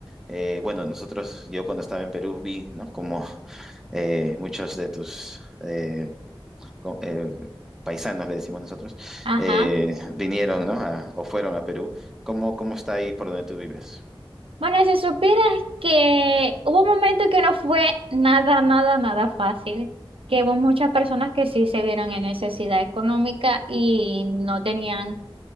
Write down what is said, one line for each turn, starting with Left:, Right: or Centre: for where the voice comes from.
Centre: Eh, bueno, nosotros, yo cuando estaba en Perú vi, ¿no? Como eh, muchos de tus eh, co- eh, paisanos, le decimos nosotros,
Right: ajá.
Centre: eh, vinieron, ¿no? a- o fueron a Perú. ¿Cómo, cómo está ahí por donde tú vives?
Right: Bueno, si supieras que hubo un momento que no fue nada, nada, nada fácil, que hubo muchas personas que sí se vieron en necesidad económica y no tenían